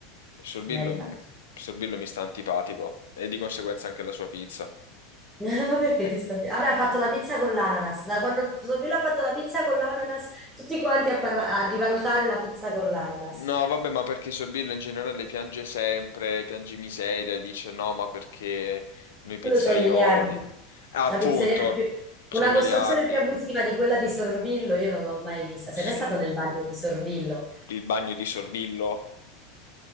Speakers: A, on the left; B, in the centre.
A: Sorbillo,
B: meritata.
A: Sorbillo mi sta antipatico e di conseguenza anche la sua pizza.
B: <laughs> Ma perché
A: Eh.
B: ti stai... Vabbè, ha fatto la pizza con l'ananas. Da quando Sorbillo ha fatto la pizza con l'ananas, tutti quanti a, parla- a rivalutare la pizza con l'ananas.
A: No, vabbè, ma perché Sorbillo in generale piange sempre, piange miseria, dice no, ma perché noi pizzaioli?
B: Quello c'ha i miliardi.
A: Ah, appunto,
B: La pizzeria più...
A: c'è
B: Una
A: miliardi.
B: costruzione più abusiva di quella di Sorbillo, io non l'ho mai vista. Sei
A: Sì,
B: mai stato nel bagno di Sorbillo?
A: il bagno di Sorbillo.